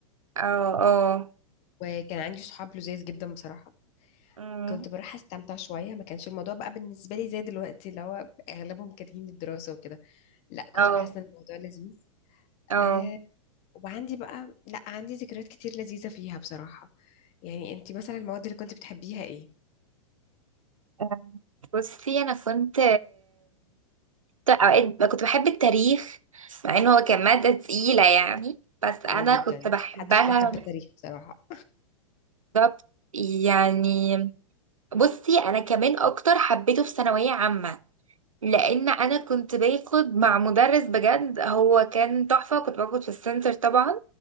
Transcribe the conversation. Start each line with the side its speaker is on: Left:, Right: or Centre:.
Right: اه اه
Left: وكان عندي صحاب لذاذ جدا بصراحة
Right: أمم،
Left: كنت بروح استمتع شوية ما كانش الموضوع بقى بالنسبة لي زي دلوقتي اللي هو اغلبهم كارهين الدراسة وكده لا كنت
Right: اه
Left: بحس ان الموضوع لذيذ
Right: اه
Left: أه وعندي بقى لا عندي ذكريات كتير لذيذة فيها بصراحة يعني انتي مثلا المواد اللي كنت بتحبيها ايه
Right: آه. بصي انا كنت اوقات ب- كنت بحب التاريخ مع ان هو كان مادة تقيلة يعني بس انا
Left: اه جدا
Right: كنت بحبها
Left: محدش بيحب التاريخ بصراحة
Right: بالظبط يعني بصي انا كمان اكتر حبيته في ثانوية عامة لان انا كنت باخد مع مدرس بجد هو كان تحفة كنت باخد في السنتر طبعا